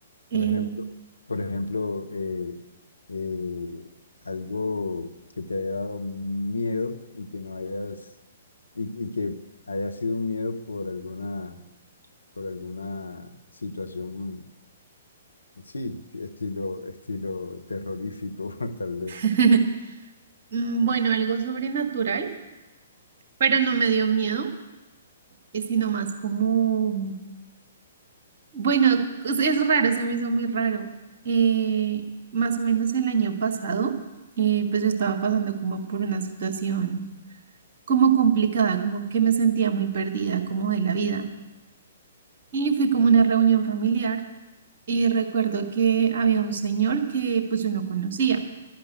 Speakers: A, on the right (about 45°); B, on the left (about 75°).
A: Eh,
B: por ejemplo, por ejemplo eh, eh, algo que te haya dado miedo y que no hayas, y, y que haya sido un miedo por alguna, por alguna situación Sí, estilo, estilo terrorífico, <laughs> tal vez.
A: <laughs> mm, bueno, algo sobrenatural, pero no me dio miedo, eh, sino más como, bueno, es es raro, se me hizo muy raro. Eh, más o menos el año pasado, eh, pues yo estaba pasando como por una situación como complicada, como que me sentía muy perdida, como de la vida. Y fui como a una reunión familiar y recuerdo que había un señor que pues yo no conocía.